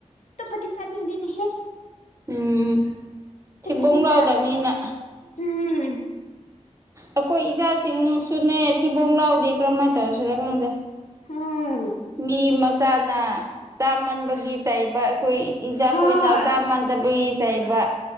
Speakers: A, on the left; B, on the right.
A: ꯑꯇꯣꯞꯄꯗꯤ ꯆ ꯅꯤꯡꯗꯦꯅꯦꯍꯦ
B: ꯎꯝ ꯊꯤꯕꯣꯡ
A: ꯈꯖꯤꯛꯇ
B: ꯂꯥꯎꯗꯕꯅꯤꯅ
A: ꯎꯝ
B: ꯑꯩꯈꯣꯏ ꯏꯆꯥꯁꯤꯡ ꯅꯨꯡꯁꯨꯅꯦ ꯊꯤꯕꯣꯡ ꯂꯥꯎꯗꯦ ꯀꯔꯝꯍꯥꯏꯅ ꯇꯧꯔꯁꯤꯔ ꯈꯪꯗꯦ
A: ꯑꯣꯝ
B: ꯃꯤ ꯃꯆꯥꯅ ꯆꯥꯃꯟꯕꯒꯤ ꯆꯩꯕ ꯑꯩꯈꯣꯢ ꯏꯆꯥꯈꯣꯢꯅ
A: ꯍꯣꯏ
B: ꯆꯥꯃꯅꯗꯕꯒꯤ ꯆꯩꯕ